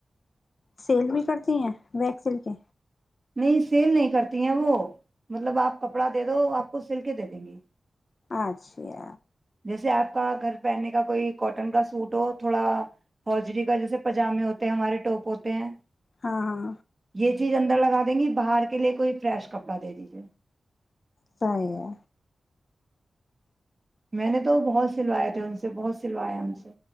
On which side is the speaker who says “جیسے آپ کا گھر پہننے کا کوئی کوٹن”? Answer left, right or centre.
Right